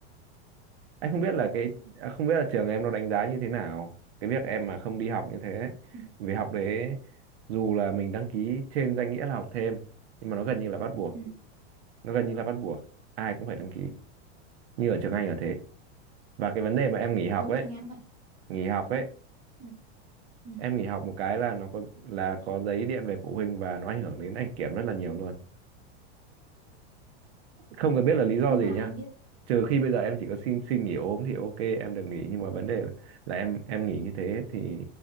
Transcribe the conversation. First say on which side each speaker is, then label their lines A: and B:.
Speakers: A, on the right; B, on the right.
A: anh không biết là cái à, không biết là trường em nó đánh giá như thế nào cái việc em mà không đi học như thế ấy.
B: Ừ,
A: Vì học đấy dù
B: ừ,
A: là mình đăng ký trên danh nghĩa là học thêm nhưng mà nó gần như là bắt buộc
B: ừ.
A: nó gần như là bắt buộc ai cũng phải đăng ký như ở trường Anh là thế và cái vấn đề mà em nghỉ học
B: đúng
A: ấy
B: trường em vậy
A: nghỉ học ấy
B: Ừ, ừ.
A: em nghỉ học một cái là nó có là có giấy điện về phụ huynh và nó ảnh hưởng đến anh kiểm rất là nhiều luôn không cần biết là lý do
B: Nhưng
A: gì
B: mà
A: nha
B: anh biết
A: trừ khi bây giờ em chỉ có xin xin nghỉ ốm thì ok em được nghỉ nhưng mà vấn đề là em em nghỉ như thế thì